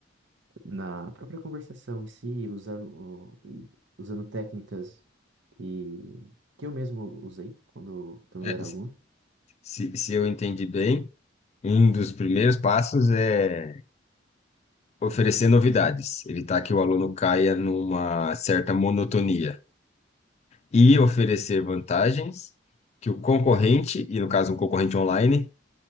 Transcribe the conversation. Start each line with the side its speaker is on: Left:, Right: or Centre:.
Right: na própria conversação em si, usando, o- usando técnicas que, que eu mesmo usei quando, quando
Left: É,
Right: eu era aluno.
Left: se, se eu entendi bem, um dos primeiros passos é oferecer novidades, evitar que o aluno caia numa certa monotonia e oferecer vantagens que o concorrente, e no caso um concorrente online,